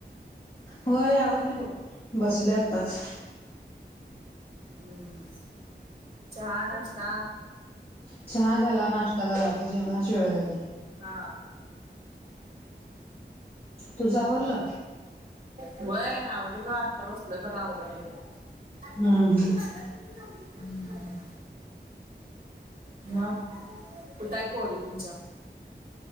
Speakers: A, on the left; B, on the right.
A: होय आवरली बघ बसलोय आताच
B: हम्म चहा नाश्ता
A: चहा झाला नाश्ता झाला आता जेवणाची वेळ झाली.
B: हा
A: तुझं आवरलं
B: होय आवरुल आत्ता बसलो बघा आवरला हम्
A: हम्म हम्म
B: हम् म कुठ हाय पोरी तुमच्या